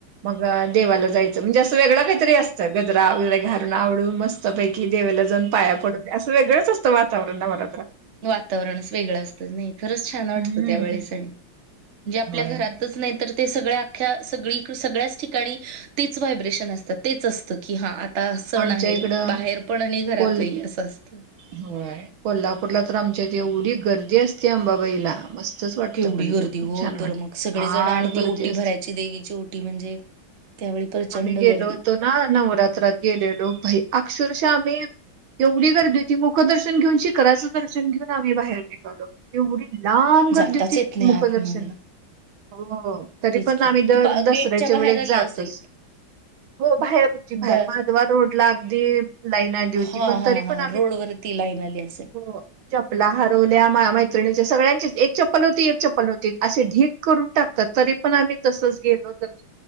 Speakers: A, on the right (about 75°); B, on the right (about 45°).
A: मग देवाला जायचं म्हणजे असं वेगळं काहीतरी असतं गजरा घारून आवरुन मस्त पैकी कि देवेला जाऊन पाया पडून असं वेगळंच असतं वातावरन नवरात्रात.
B: वातावरणच वेगळं असतं नाही खरंच. छान वाटतं
A: हम्म
B: त्यावेळेस म्हणजे आपल्या
A: होय
B: घरातच
A: होय.
B: नाहीतर ते सगळ्या अख्या सगळी सगळ्याच ठिकाणी तेच व्हायब्रेशन असतात तेच असत. की हा आता सण
A: आमच्या
B: आहे
A: इकडं
B: बाहेर पण आणि घरातही
A: कोल
B: असं असत.
A: होय कोल्हापूरला तर आमच्यात एवढी गर्दी असते अंबाबाईला मस्त. वाटत
B: केवढी
A: पणजे
B: गर्दी
A: खूप
B: हो
A: छान वाटत
B: तर मग सगळेजण
A: फार
B: आणि ती
A: गर्दी
B: ओटी
A: असते
B: भरायची
A: पण.
B: देवीची ओटी म्हणजे त्यावेळी प्रचंड
A: आम्ही गेलो
B: गर्दी
A: होतो ना नवरात्रात गेलेलो भाई अक्षरशः आम्ही एवढी गर्दी होती मुख दर्शन घेऊन शिखराचं दर्शन घेऊन आम्ही बाहेर निघालो एवढी लांब
B: जाताच
A: गर्दी होती
B: येत नाही
A: मुखदर्शनला
B: आतमध्ये
A: हो तरी
B: तेच
A: पण
B: की
A: आम्ही दर
B: तू पा
A: दसऱ्याच्या
B: गेटच्या बाहेर
A: वेळेस
B: आली
A: जातच.
B: असेल
A: हो बाहेर होची बाहेर
B: द
A: माधवा रोडला अगदी लाईन आली होती
B: हा
A: पण
B: हा
A: तरी
B: हा
A: पण आम्ही.
B: रोडवरती लाईन आली असेल
A: हो चपला हरवल्या मैत्रिणीच्या सगळ्यांचेच एक एक चप्पला होती एक चप्पल होती असे ढीक करून टाकतात तरी पण आम्ही तसच गेलो दर्श.